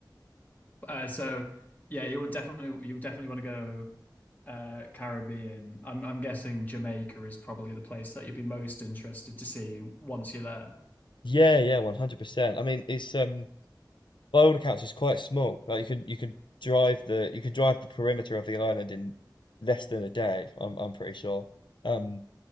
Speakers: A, on the left (about 25°); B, on the left (about 85°).
A: Uh, so yeah, you would definitely you would definitely want to go uh Caribbean. I'm I'm guessing Jamaica is probably the place that you'd be most interested to see once you're there.
B: Yeah, yeah, one hundred percent. I mean, it's um. by all accounts, it's quite small. Like you can you can drive the you can drive the perimeter of the island in less than a day. I'm I'm pretty sure. Um,